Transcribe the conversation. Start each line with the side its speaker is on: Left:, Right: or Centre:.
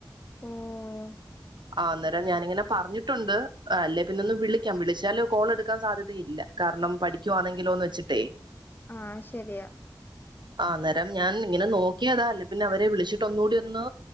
Left: ഉം
Right: ആഹ് അന്നേരം ഞാനിങ്ങനെ പറഞ്ഞി ണ്ട് അല്ല പിന്നെ ഒന്ന് വിളിക്കാം വിളിച്ചാല് കോൾ എടുക്കാൻ സാധ്യതയില്ല കാരണം പഠിക്കു ആണെങ്കിലോന്ന് വെച്ചിട്ടേ- <inaudible>
Left: ആഹ് ശരിയാ
Right: ഉം ആഹ് അന്നേരം ഞാൻ ഇങ്ങനെ നോക്കിയതാ അല്ല പിന്നെ അവരെ വിളിച്ചിട്ട് ഒന്നുകൂടി ഒന്ന്